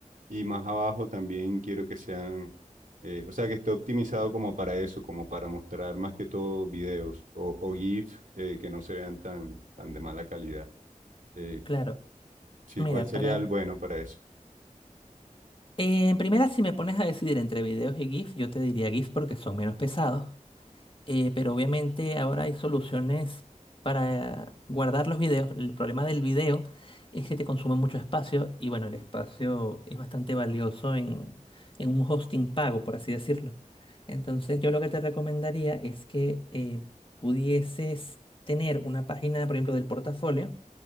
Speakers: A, on the right; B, on the left.
A: Y más abajo también quiero que sean, eh, o sea, que esté optimizado como para eso, como para mostrar más que todo videos o, o GIF eh, que no se vean tan, tan de mala calidad. Eh,
B: Claro,
A: sí,
B: mira,
A: ¿cuál sería
B: para
A: el bueno para eso?
B: Eh, en primera, si me pones a decidir entre videos y GIF, yo te diría GIF porque son menos pesados. Eh, pero obviamente ahora hay soluciones para guardar los videos. El problema del video es que te consume mucho espacio y bueno, el espacio es bastante valioso en, en un hosting pago, por así decirlo. Entonces yo lo que te recomendaría es que eh, pudieses tener una página, por ejemplo, del portafolio